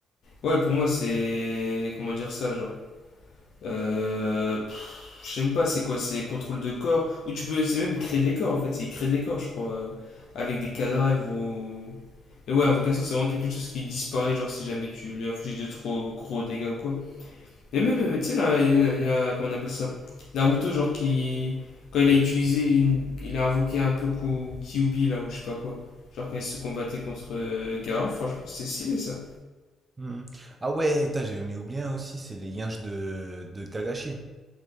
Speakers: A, on the left (about 70°); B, on the right (about 25°).
A: Ouais, pour moi, c'est. Comment dire ça, genre. Euh... pff, Je sais même pas, c'est quoi? C'est contrôle de corps. Ou tu peux. C'est même créer des corps, en fait. C'est créer des corps, je crois. euh, Avec des cadavres ou. Et ouais, invocation, c'est vraiment quelque chose qui disparaît, genre si jamais tu lui infliges de trop gros dégâts ou quoi. Et même, euh, tu sais, là, il y a. il y a- Comment on appelle ça? Naruto, genre qui. Quand il a utilisé. une- Il a invoqué un peu Ku- Kyuubi, là, ou je sais pas quoi. Genre quand il se combattait contre euh, Gaara, franchement, c'est stylé ça.
B: Hmm. Ah ouais, putain, j'en ai oublié un aussi, c'est les yinches de, de Kagashi.